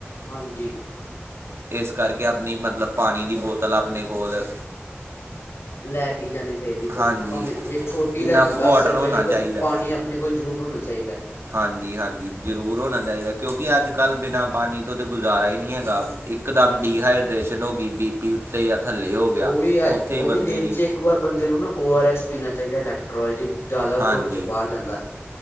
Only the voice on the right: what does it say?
ਇਸ ਕਰਕੇ ਆਪਣੀ ਮਤਲਬ ਪਾਣੀ ਦੀ ਬੋਤਲ ਆਪਣੇ ਕੋਲ
ਹਾਂਜੀ
ਇਨਫ
ਵਾਟਰ
ਹੋਣਾ
ਚਾਹੀਦਾ।
ਹਾਂਜੀ, ਹਾਂਜੀ ਜਰੂਰ ਹੋਣਾ ਚਾਹੀਦਾ ਕਿਉਂਕਿ ਅੱਜ ਕੱਲ ਬਿਨਾ ਪਾਣੀ ਤੋਂ ਤੇ ਗੁਜ਼ਾਰਾ ਹੀ ਨਹੀਂ ਹੈਗਾ ਇੱਕ ਦਮ ਡੀਹਾਈਡ੍ਰੇਸ਼ਨ ਹੋ ਗਈ ਬੀਪੀ ਉੱਤੇ ਥੱਲੇ ਹੋ ਗਿਆ
ਉੱਥੇ ਹੀ
ਬੰਦੇ
ਦੀ
ਹਾਂਜੀ